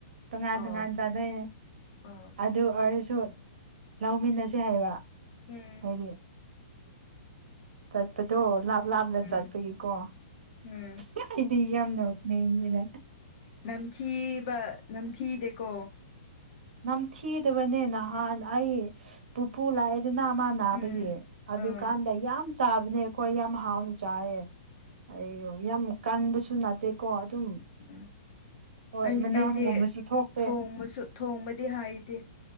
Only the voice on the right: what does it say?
ꯇꯣꯉꯥꯟ
ꯇꯣꯉꯥꯟ ꯆꯥꯗꯣꯏꯅꯦ
ꯑꯗꯨ ꯑꯣꯏꯔꯁꯨ ꯂꯧꯃꯤꯟꯅꯁꯦ ꯍꯥꯏꯕ
ꯍꯥꯏꯗꯤ ꯆꯠꯄꯗꯣ ꯂꯥꯞ ꯂꯥꯞꯅ
ꯆꯠꯄꯒꯤꯀꯣ
ꯑꯩꯗꯤ ꯌꯥꯝ ꯅꯣꯛꯅꯤꯡꯕꯤꯔꯥ
ꯅꯝꯊꯤꯗꯕꯅꯦ ꯅꯍꯥꯟ ꯑꯩ ꯄꯨꯄꯨ ꯂꯥꯛꯑꯦ ꯑꯗꯨꯅ ꯑꯃ ꯅꯥꯕꯒꯤ
ꯑꯗꯨꯀꯥꯟꯗ
ꯌꯥꯝ ꯆꯥꯕꯅꯦ ꯑꯩꯈꯣꯏ ꯌꯥꯝ ꯍꯥꯎꯅ ꯆꯥꯏꯌꯦ ꯑꯩ ꯌꯥꯝ ꯀꯟꯕꯁꯨ ꯅꯥꯠꯇꯦꯀꯣ ꯑꯗꯨꯝ
ꯍꯣꯏ
ꯃꯅꯥꯝꯒꯨꯝꯕꯁꯨ
ꯊꯣꯛꯇꯦ